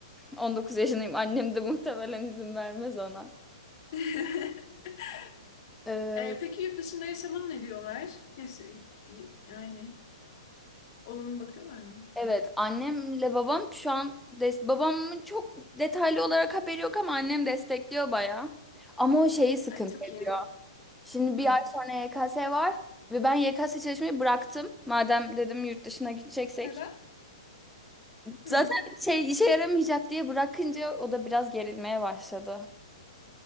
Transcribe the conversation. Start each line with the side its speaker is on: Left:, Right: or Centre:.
Centre: 19 yaşındayım. Annem de muhtemelen izin vermez ona.
Left: <laughs>
Centre: Ee,
Left: Ee, peki yurt dışında yaşamana ne diyorlar? Yaş- y- yani olumlu bakıyorlar mı?
Centre: Evet, annemle babam şu an des babamın çok detaylı olarak haberi yok ama annem destekliyor bayağı. Ama o şeyi sıkıntı
Left: Ay çok iyi.
Centre: ediyor.
Left: ha.
Centre: Şimdi bir
Left: Hı.
Centre: ay sonra YKS var ve ben YKS çalışmayı bıraktım. Madem dedim yurt dışına gideceksek.
Left: Neden? Hı.
Centre: Zaten şey işe yaramayacak diye bırakınca o da biraz gerilmeye başladı.